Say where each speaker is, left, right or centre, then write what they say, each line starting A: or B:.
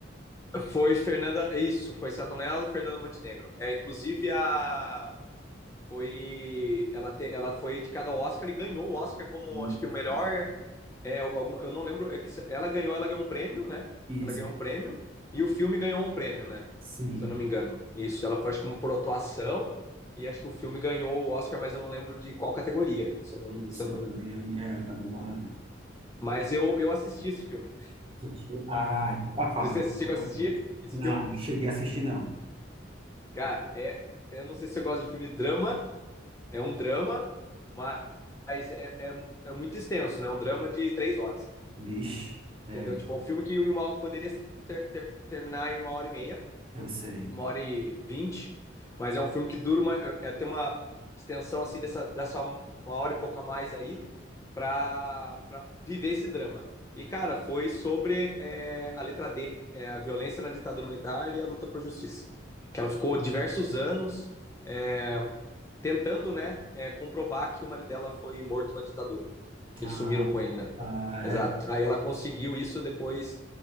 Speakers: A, on the left; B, on the right.
A: Foi Fernanda, isso, foi Satonello e Fernanda Montenegro. É, inclusive a foi ela, te, ela foi indicada ao Oscar e ganhou o Oscar como acho
B: Isso,
A: que o melhor é algum, eu não lembro é que ela ganhou ela ganhou um prêmio né
B: isso,
A: ela ganhou um prêmio e o filme ganhou um prêmio né
B: sim.
A: se eu não me engano isso ela foi acho que por atuação e acho que o filme ganhou o Oscar mas eu não lembro de qual categoria se eu não, se
B: Isso,
A: eu
B: eu
A: não...
B: também, é, eu também não lembro.
A: mas eu, eu assisti esse filme
B: Assistiu? Ah, então tá fácil,
A: você chegou
B: então
A: a assistir
B: tá fácil.
A: esse
B: Não,
A: filme
B: cheguei a assistir, não.
A: cara é eu não sei se você gosta de filme de drama é um drama mas é, é, é muito extenso, né? É Um drama de três horas.
B: Vixe, é,
A: Entendeu? Tipo, é um filme que uma, poderia ter, ter- terminar em uma hora e meia,
B: eu sei.
A: uma hora e vinte, mas é um filme que dura uma. É, tem uma extensão assim dessa, dessa uma hora e pouco a mais aí para viver esse drama. E, cara, foi sobre é, a letra D, é, a violência na ditadura militar e a luta por justiça. Que ela ficou diversos anos é, tentando, né, é, comprovar que o marido dela foi morto na ditadura. Que
B: Ah,
A: eles sumiram com ele, né?
B: Ah,
A: Exato.
B: é,
A: Aí ela conseguiu isso depois